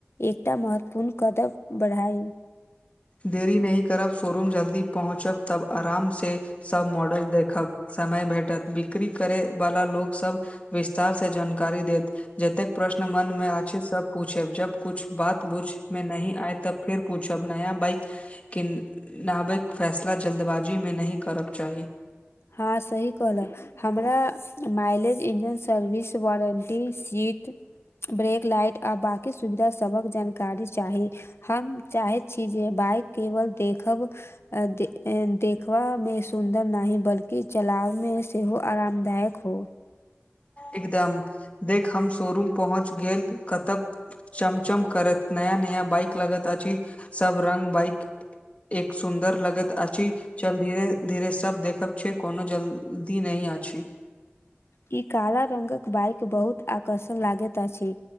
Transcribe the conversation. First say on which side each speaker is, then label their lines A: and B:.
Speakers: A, on the left; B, on the left.
A: एकटा महत्वपूर्ण कदम बढ़ाई।
B: देरी नहि करब शोरूम जल्दी पहुँचब तब आरामसँ सभ मॉडल देखब समय भेटत ब नोकरी करे वाला लोकोग सभ विस्तार से जानकारी देत जतेक प्रश्न मन मे आ छै सभ पूछे जब कुछ बात बूझ मे नहि आय तब फेर पूछ अपना बाइक केनाबिक फैसला जल्दबाजीमे नहि करब चाही
A: ह सही कहल हमरा mileage engine service warranty seat brake light आ बाकी सुविधा सभक जानकारी चाही हम चाहैत छै जे बाइक केवल देखब देखबा मे सुन्दर नहि बल्कि के चलाबमे सेहो आरामदायक हो
B: एकदम देख हम शोरूम पहुँच गेल कतब चमचम करत नया नया बइक लगत अछि सब रंग बाइक एक सुन्दर लगत अछि चल धीरे धीरे सब देखब छै कोनो जल्दी नहि अछि
A: ई काला रंगक बाइक बहुत आकर्षक लागेता अछि